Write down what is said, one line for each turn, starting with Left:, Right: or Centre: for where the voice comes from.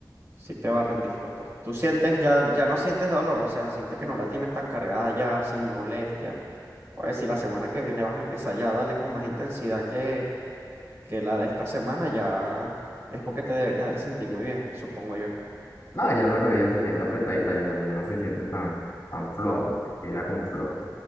Right: Sí te va a rendir fruto. Tú sientes, ya, ya no sientes dolor, o sea, sientes que no la tienes tan cargada ya, sin molestia. O sea, si la semana que viene vas a empezar ya a darle con más intensidad que, que la de esta semana, ya es porque te deberías de sentir muy bien, supongo yo.
Left: Nada, ya la rodilla se siente apretadita, ya, ya no se siente tan, tan floja, porque sí era como floja.